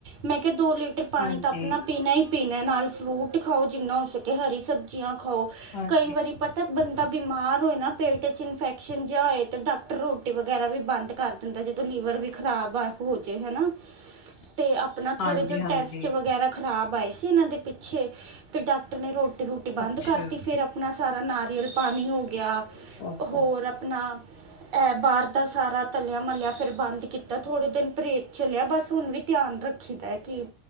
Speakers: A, on the right; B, on the left.
A: ਮੈਂ ਕਿਹਾ ਦੋ ਲੀਟਰ ਪਾਣੀ
B: ਹਾਂਜੀ।
A: ਤਾਂ ਆਪਣਾ ਪੀਣਾ ਹੀ ਪੀਣਾ ਨਾਲ ਫਰੂਟ ਖਾਓ ਜਿੰਨਾ ਹੋ, ਸਕੇ ਹਰੀ ਸਬਜ਼ੀਆਂ ਖਾਓ
B: ਹਾਂਜੀ,
A: ਕਈ ਵਾਰੀ ਤਾਂ ਬੰਦਾ ਬਿਮਾਰ ਹੋਏ ਨਾ, ਪੇਟ' ਇਨਫੈਕਸ਼ਨ ਜਿਹਾ ਹੋਏ ਤਾਂ ਡਾਕਟਰ ਰੋਟੀ ਵਗੈਰਾ ਵੀ, ਬੰਦ ਕਰ ਦਾ ਜਦੋਂ ਲੀਵਰ ਵੀ ਖ਼ਰਾਬ ਆ ਹੋ, ਜੇ ਹਨਾ
B: <inaudible>
A: ਅਤੇ ਆਪਣਾ ਥੋੜ੍ਹੇ
B: ਹਾਂਜੀ-ਹਾਂਜੀ
A: ਜਿਹੇ ਟੈਸਟ ਵਗੈਰਾ ਖ਼ਰਾਬ ਆਏ ਸੀ। ਇਹਨਾਂ ਦੇ, ਪਿੱਛੇ ਅਤੇ ਡਾਕਟਰ ਨੇ ਰੋਟੀ-ਰੂਟੀ ਬੰਦ
B: ਅੱਛਾ
A: ਕਰਤੀ ਫਿਰ ਆਪਣਾ ਸਾਰਾ ਨਾਰੀਅਲ ਪਾਣੀ ਹੋ ਗਿਆ।
B: ਓਹੋ
A: ਹੋਰ ਆਪਣਾ ਇਹ ਬਾਹਰ ਦਾ, ਸਾਰਾ ਤਲਿਆ-ਮਲਿਆ ਫਿਰ ਬੰਦ ਕੀਤਾ ਥੋੜੇ ਦਿਨ ਪਰੇਜ ਚਲਿਆ ਬਸ ਹੁਣ ਵੀ, ਧਿਆਨ ਰੱਖ ਰਖੀਦਾ ਕਿ